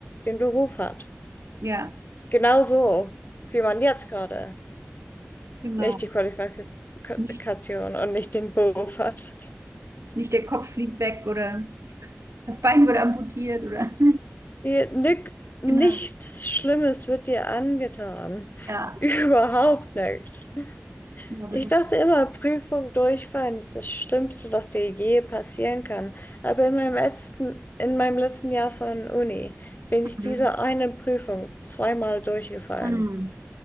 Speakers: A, on the left; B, on the right.
A: den Beruf hat.
B: Ja,
A: Genau so, wie man jetzt gerade.
B: genau.
A: Nicht die Qualifikation
B: Nicht,
A: und nicht den Beruf hat.
B: nicht der Kopf fliegt weg oder das Bein wurde amputiert oder,
A: Ihr- Nick,
B: <laughs>
A: nichts
B: genau.
A: Schlimmes wird dir angetan.
B: Ja,
A: <laughs> Überhaupt nichts.
B: genau, das
A: Ich
B: ist.
A: dachte immer, Prüfung durchfallen ist das Schlimmste, das dir je passieren kann. Aber in meinem letzten, in meinem letzten Jahr von Uni bin ich dieser
B: mhm.
A: einen Prüfung zweimal durchgefallen.
B: Mhm.